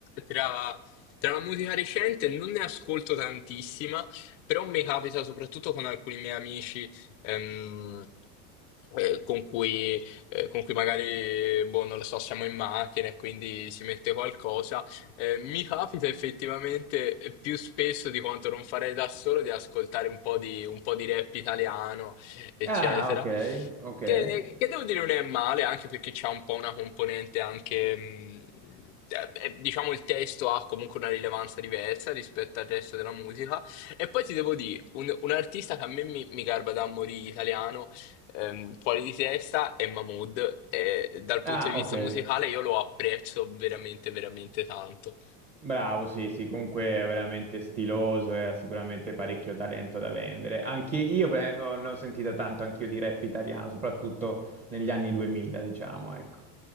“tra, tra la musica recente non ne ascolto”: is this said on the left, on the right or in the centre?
Left